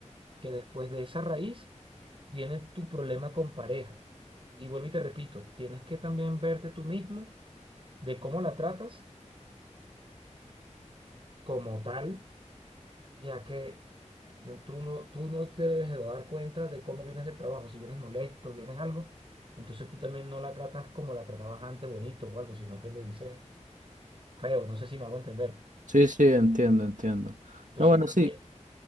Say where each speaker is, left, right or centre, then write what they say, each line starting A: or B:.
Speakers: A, on the right (about 45°); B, on the right (about 80°).
A: que después de esa raíz viene tu problema con pareja. Y vuelvo y te repito, tienes que también verte tú mismo de cómo la tratas como tal, ya que No, Tú no, tú no te debes de dar cuenta de cómo vienes del trabajo. Si vienes molesto, vienes algo, entonces tú también no la tratas como la tratabas antes, bonito o algo, sino que le dices feo. No sé si me hago entender.
B: Sí, sí, entiendo, entiendo.
A: Entonces,
B: No, bueno,
A: ye-
B: sí,